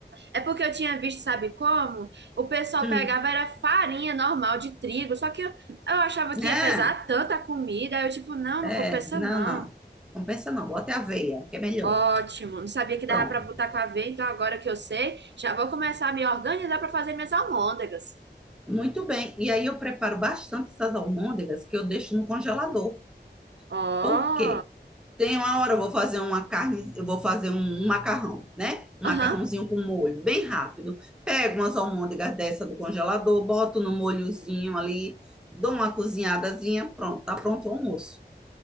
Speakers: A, on the right; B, in the centre.
A: É porque eu tinha visto, sabe como? O pessoal
B: Hum,
A: pegava era farinha normal de trigo, só que eu, eu achava que
B: né?
A: ia pesar tanta comida, aí eu tipo, não,
B: É,
A: não compensa
B: não,
A: não.
B: não. Compensa não, bota aveia, que é melhor.
A: Ótimo, não sabia que
B: Pronto.
A: dava para botar com aveia, então agora que eu sei, já vou começar a me organizar para fazer minhas almôndegas.
B: Muito bem. E aí eu preparo bastante essas almôndegas que eu deixo no congelador.
A: Ó,
B: Por quê? Tem uma hora eu vou fazer uma carne, eu vou fazer um um macarrão, né? Um
A: aham,
B: macarrãozinho com molho, bem rápido. Pego umas almôndegas dessa do congelador, boto no molhozinho ali, dou uma cozinhadazinha, pronto, tá pronto o almoço.